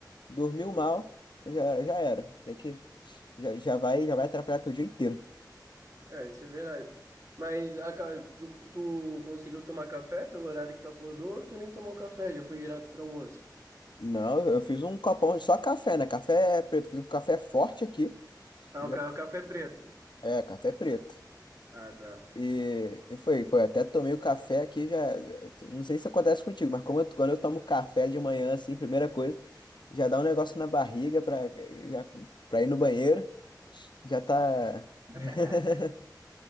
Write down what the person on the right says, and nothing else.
É, isso é verdade. Mas a ca- tu, tu conseguiu tomar café pelo horário que tu acordou ou tu nem tomou café? Já foi direto para almoço?
Ah,
o ca- o café preto.
Ah, tá.
<laughs>